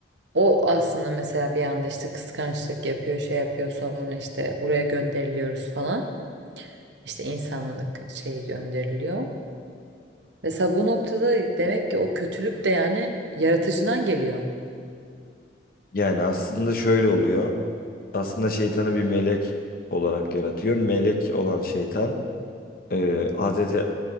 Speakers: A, on the right; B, on the left.
A: o aslında mesela bir anda işte kıskançlık yapıyor, şey yapıyor sonra işte buraya gönderiliyoruz falan. İşte insanlık şeyi gönderiliyor. Mesela bu noktada demek ki o kötülük de yani yaratıcıdan geliyor.
B: Yani aslında şöyle oluyor. Aslında şeytanı bir melek olarak yaratıyor. Melek olan şeytan e, Hazreti